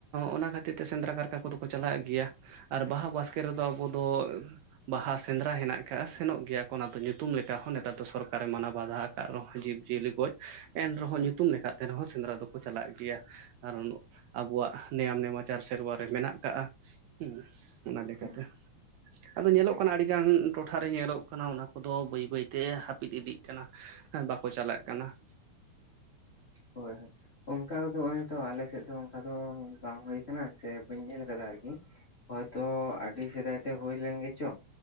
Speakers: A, on the right; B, on the left.
A: ᱚᱱᱟ ᱠᱷᱟᱹᱛᱤᱨ ᱛᱮ ᱥᱮᱸᱫᱽᱨᱟ ᱠᱟᱨᱠᱟ ᱠᱚᱫᱚ ᱠᱚ ᱪᱟᱞᱟᱜ ᱜᱮᱭᱟ ᱾ ᱟᱨ ᱵᱟᱦᱟ ᱵᱟᱥᱠᱮ ᱨᱮᱫᱚ ᱟᱵᱚ ᱫᱚ ᱵᱟᱦᱟ ᱥᱮᱸᱫᱽᱨᱟ ᱦᱮᱱᱟᱜ ᱟᱠᱟᱫᱼᱟ ᱥᱮᱱᱚᱜ ᱜᱮᱭᱟ ᱠᱚ ᱚᱱᱟ ᱫᱚ ᱧᱩᱛᱩᱢ ᱞᱮᱠᱟ ᱦᱚᱸ ᱱᱮᱛᱟᱨ ᱫᱚ ᱥᱚᱨᱠᱟᱨᱮ ᱢᱟᱱᱟᱣ ᱵᱟᱫᱷᱟ ᱟᱠᱟᱫ ᱨᱮᱦᱚᱸ ᱡᱤᱵᱽᱼᱡᱤᱭᱟᱹᱞᱤ ᱠᱚ ᱜᱚᱡ ᱮᱱ ᱨᱮᱦᱚᱸ
B: ᱟᱪᱪᱷᱟ
A: ᱧᱩᱛᱩᱢ ᱞᱮᱠᱟᱛᱮ ᱨᱮᱦᱚᱸ ᱥᱮᱸᱫᱽᱨᱟ ᱫᱚᱠᱚ ᱪᱟᱞᱟᱜ ᱜᱮᱭᱟ᱾ ᱟᱨ ᱟᱵᱚᱣᱟᱜ ᱱᱮᱭᱟᱢ ᱱᱮᱢᱟᱪᱟᱨ ᱥᱮᱨᱣᱟ ᱨᱮ ᱢᱮᱱᱟᱜ ᱠᱟᱜᱼᱟ ᱦᱩᱸ, ᱚᱱᱟ ᱞᱮᱠᱟᱛᱮ
B: ᱦᱮᱸ
A: ᱟᱫᱚ ᱧᱮᱞᱚᱜ ᱠᱟᱱᱟ ᱟᱹᱰᱤ ᱜᱟᱱ ᱴᱚᱴᱷᱟ ᱨᱮ ᱧᱮᱞᱚᱜ ᱠᱟᱱᱟ ᱚᱱᱟ ᱠᱚᱫᱚ ᱵᱟᱹᱭ ᱵᱟᱹᱭᱛᱮ ᱦᱟᱹᱯᱤᱫ ᱤᱫᱤ ᱠᱟᱱᱟ ᱵᱟᱠᱚ ᱪᱟᱞᱟᱜ ᱠᱟᱱᱟ᱾
B: ᱦᱳᱭ ᱦᱳᱭ᱾ ᱚᱱᱠᱟ ᱫᱚ ᱚᱱᱮ ᱛᱚ ᱟᱞᱮ ᱥᱮᱫ ᱫᱚ ᱚᱱᱠᱟ ᱫᱚ ᱵᱟᱝ ᱦᱩᱭ ᱟᱠᱟᱱᱟ ᱥᱮ ᱵᱟᱹᱧ ᱧᱮᱞ ᱠᱟᱫᱟ ᱟᱨᱠᱤ ᱾ ᱦᱳᱭ ᱛᱚ ᱟᱹᱰᱤ ᱥᱮᱫᱟᱭ ᱛᱮ ᱦᱩᱭ ᱞᱮᱱ ᱜᱮᱪᱚ